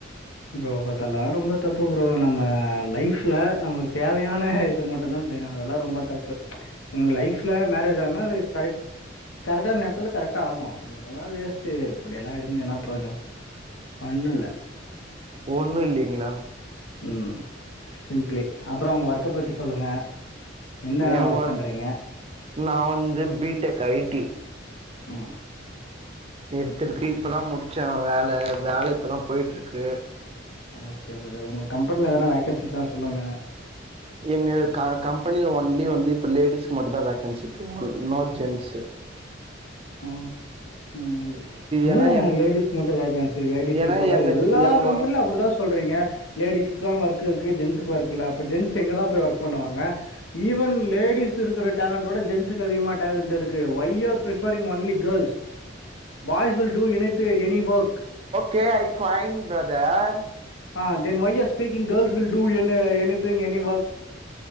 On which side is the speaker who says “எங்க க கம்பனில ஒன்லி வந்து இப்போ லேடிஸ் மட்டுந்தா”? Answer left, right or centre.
Right